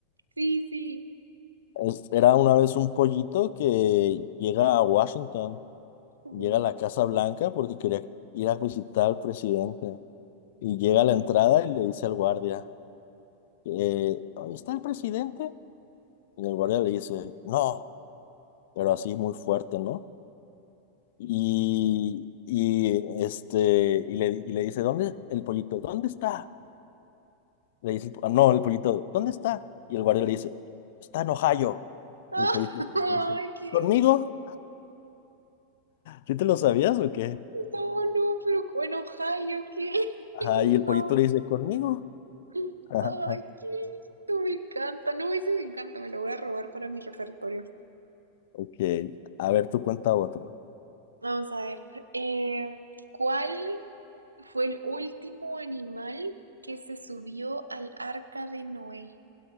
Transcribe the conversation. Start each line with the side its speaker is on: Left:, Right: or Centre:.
Right: Sí, sí.
Left: Es- era una vez un pollito que llega a Washington,
Right: Ujú,
Left: llega a la Casa Blanca porque quería ir a visitar al presidente. Y llega
Right: ok.
Left: a la entrada y le dice al guardia, eh, "Ahí está el presidente? Y el guardia le dice, no. pero así muy fuerte, ¿no? Y, y este, y le, y le dice, ¿dónde el pollito? ¿Dónde está? Le dice, el po- ah, no, el pollito, ¿dónde está? Y el guardia le dice, está en Ohio.
Right: <laughs>
Left: Y el pollito
Right: Ay,
Left: le dice,
Right: qué...
Left: ¿conmigo? ¿Sí te lo sabías o qué?
Right: No, no, pero en Ohio, qué
Left: Ajá,
Right: lindo.
Left: y el pollito le dice, ¿conmigo?
Right: <laughs>
Left: <laughs> Ajá,
Right: Ay, qué lindo, me encanta. No, eso me encanta, me lo voy a robar para mi repertorio.
Left: Ok, a ver, tú cuenta otro.
Right: Vamos a ver. eh, ¿cuál Fue el último animal que se subió al arca de Noé.